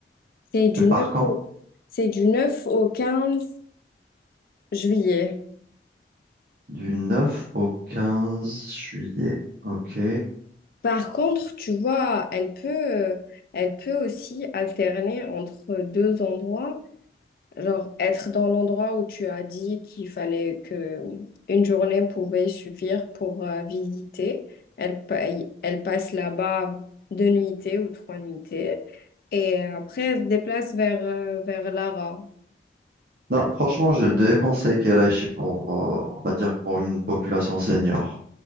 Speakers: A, on the left (about 55°); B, on the right (about 55°).
A: c'est du
B: Elle part
A: 9
B: quand?
A: au, c'est du 9 au 15 juillet.
B: Du neuf au quinze juillet. Ok.
A: Par contre, tu vois, elle peut, euh, elle peut aussi alterner entre deux endroits. Genre, être dans l'endroit où tu as dit qu'il fallait que une journée pouvait suffire pour euh, visiter. Elle, pa- elle passe là-bas deux nuitées ou trois nuitées. Et après, elle se déplace vers, euh, vers Lara.
B: Non, franchement, je déconseille qu'elle aille chez- pour, euh, on va dire, pour une population senior.